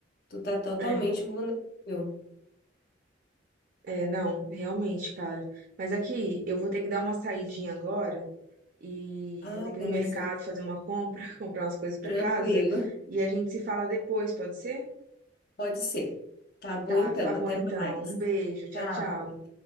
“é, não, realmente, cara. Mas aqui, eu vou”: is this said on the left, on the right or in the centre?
Right